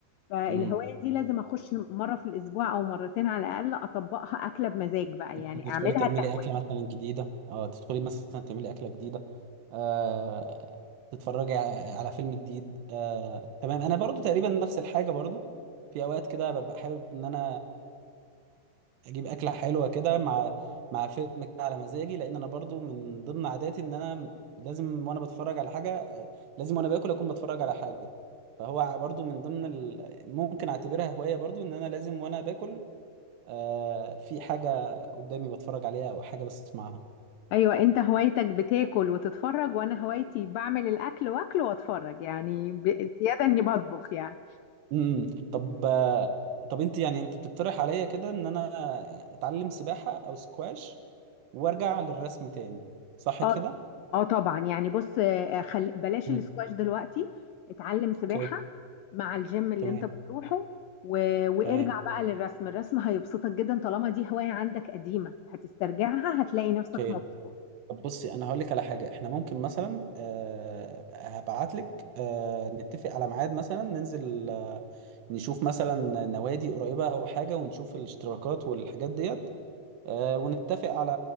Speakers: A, on the left; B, on the right.
A: فالهوايه
B: مم.
A: دي لازم اخش مره في الاسبوع او مرتين على الاقل اطبقها اكله بمزاج بقى
B: أنت
A: يعني
B: تدخلي
A: اعملها
B: تعملي
A: كهوايه
B: أكلة مثلا جديدة أه تدخلي مثلا تعملي أكلة جديدة آه تتفرجي ع- على فيلم جديد آه تمام أنا برضو تقريبا نفس الحاجة برضو في أوقات كده ببقى حابب إن أنا اجيب اكله حلوه كده مع مع فيلم كده على مزاجي لان انا برضو من ضمن عاداتي ان انا لازم وانا بتفرج على حاجه آه، لازم وانا باكل اكون بتفرج على حاجه فهو برضو من ضمن ال... ممكن اعتبرها هوايه برضو ان انا لازم وانا باكل آه في حاجه قدامي بتفرج عليها او حاجه بسمعها
A: ايوه انت هوايتك بتاكل وتتفرج وانا هوايتي بعمل الاكل واكل واتفرج يعني ب- زياده اني بطبخ يعني
B: امم طب آه، طب انت يعني انت بتقترح عليا كده ان انا اتعلم سباحه او سكواش وارجع للرسم تاني صح
A: اه
B: كده؟
A: اه طبعا يعني بص آه، خل... بلاش
B: مم.
A: الاسكواش دلوقتي اتعلم سباحة
B: اوكي
A: مع الجيم اللي
B: تمام
A: انت بتروحه و... وارجع
B: تمام
A: بقى للرسم الرسم هيبسطك جدا طالما دي هواية عندك قديمة هتسترجعها هتلاقي نفسك
B: اوكي
A: مبسوط
B: طب بصي انا هقول لك على حاجه احنا ممكن مثلا أه هبعت لك أه نتفق على ميعاد مثلا ننزل أه نشوف مثلا نوادي قريبه او حاجه ونشوف الاشتراكات والحاجات ديت أه ونتفق على